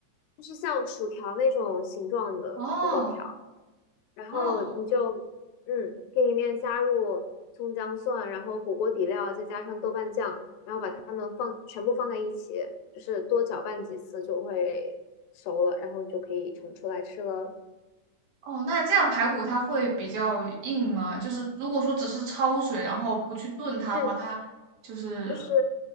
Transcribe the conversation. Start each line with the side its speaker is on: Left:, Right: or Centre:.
Left: 就是像薯条那种形状的土豆条。
Right: 哦
Left: 然后你就
Right: 哦
Left: 嗯，给里面加入葱姜蒜，然后火锅底料，再加上豆瓣酱，然后把它们放全部放在一起，就是多搅拌几次就会熟了，然后就可以盛出来吃了。
Right: 哦，那这样排骨它会比较硬吗？就是如果说只是焯水，然后不去炖它的话，
Left: 嗯，
Right: 它就是
Left: 就是